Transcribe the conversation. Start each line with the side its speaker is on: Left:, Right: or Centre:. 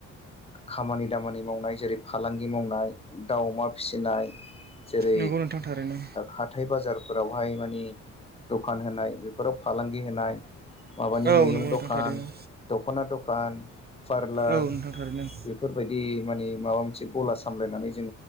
Left: खामानि दामानि मावनाय जेरै फालांगि मावनाय दाव अमा फिसिनाय। जेरै
Right: नंगौ नोंथां थारैनो
Left: हाथाइ बाजारफोरावहाय मानि। दखान होनाय बेफोराव फालांगि होनाय। माबानि
Right: औ
Left: मैगं
Right: नंगौ नोंथां
Left: दखान
Right: थारैनो
Left: दख'ना दखान पारलार।
Right: औ नोंथां
Left: बेफोरबायदि
Right: थारैनो
Left: माने माबा मोनसे गला सामलायनानै। जो